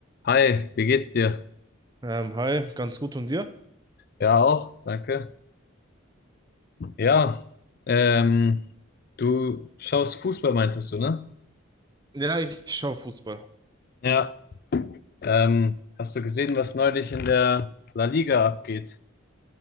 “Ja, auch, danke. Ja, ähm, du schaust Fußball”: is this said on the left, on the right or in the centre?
Left